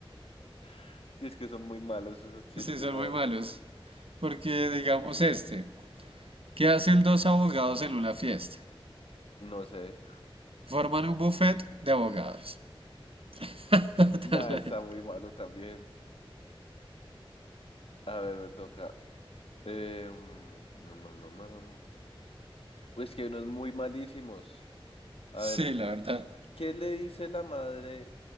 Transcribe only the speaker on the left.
<laughs> Y es que son muy malos esos chistes,
la
verdad.
No sé.
Nada,
está muy malo también. A ver, me toca. Eh, mm, mm, mm, mm, mm. Uy, es que hay unos muy malísimos. A
ver,
¿qué le dice la madre?